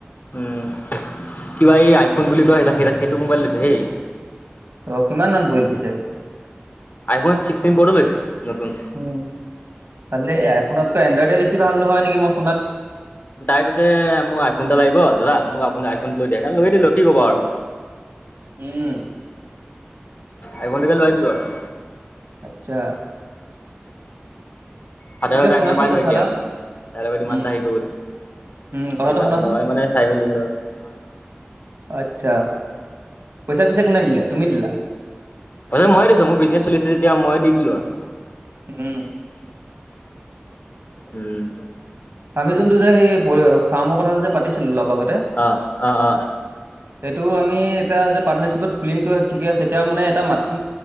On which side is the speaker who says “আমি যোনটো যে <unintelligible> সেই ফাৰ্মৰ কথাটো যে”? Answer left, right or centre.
Right